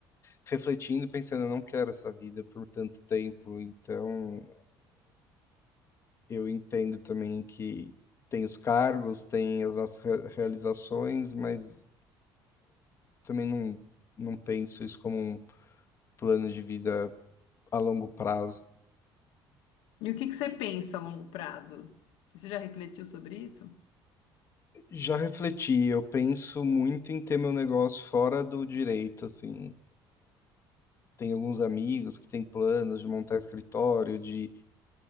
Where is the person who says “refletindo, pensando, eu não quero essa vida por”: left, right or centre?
Left